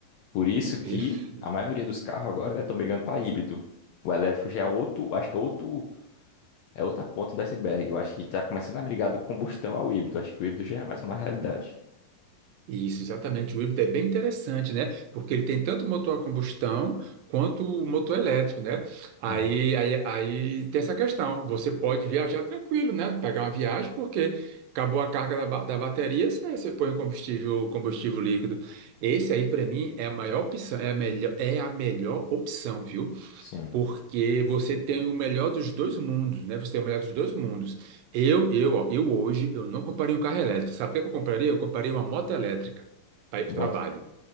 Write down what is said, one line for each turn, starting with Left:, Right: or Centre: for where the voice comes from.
Left: Por isso que
Right: Perfeito.
Left: a maioria dos carros agora, né, estão migrando para híbrido. O elétrico já é outro, acho que é outro, é outra ponta do iceberg. Eu acho que está começando a migrar do combustão ao híbrido. Acho que o híbrido já é mais uma realidade.
Right: Isso, exatamente. O híbrido é bem interessante, né? Porque ele tem tanto motor a combustão quanto o motor elétrico, né? Aí,
Left: Não,
Right: aí, aí tem essa questão. Você pode viajar tranquilo, né? Pegar uma viagem, porque acabou a carga da, ba- da bateria, você, você põe o combustível, combustível líquido. Esse aí, para mim, é a maior opção, é a melhor, é a melhor opção, viu?
Left: sim.
Right: Porque você tem o melhor dos dois mundos, né? Você tem o melhor dos dois mundos. Eu, eu, ó, eu hoje, eu não compraria um carro elétrico. Sabe o que eu compraria? Eu compraria uma moto elétrica para ir para
Left: Moto.
Right: o trabalho.